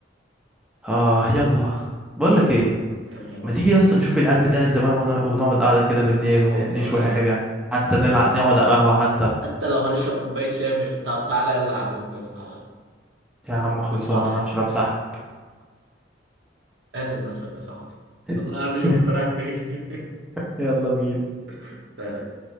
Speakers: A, in the centre; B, on the right (about 70°).
A: اه يلا بقول لك ايه
B: كلام حلو
A: ما
B: بصراحة
A: تيجي يا اسطى نشوف العيال بتاعت زمان ون- ونقعد قاعده كده بالليل
B: اه
A: ن-
B: والله
A: نشوي
B: يا اسطى
A: حاجه حتى
B: والله
A: نلعب
B: يا اسطى
A: نقعد على القهوه حتى
B: حتى لو هنشرب كوباية شاي مش طب تعالى يلا هعزمكم يا اسطى على قهوة.
A: يا عم خلصانه
B: بنضحي
A: انا هشرب سحله
B: اعزم نفسك يا صاحبي
A: <laughs>
B: والله يا عم شوف انت رايح فين
A: يلا بينا
B: <laughs> سلام.